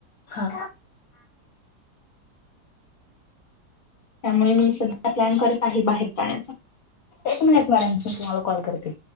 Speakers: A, on the left (about 65°); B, on the left (about 35°).
A: हा.
B: त्यामुळे मी सध्या प्लॅन करत आहे, बाहेर जाण्याचा.
A: एक मिनिट मॅडम, मी तुम्हाला कॉल करते.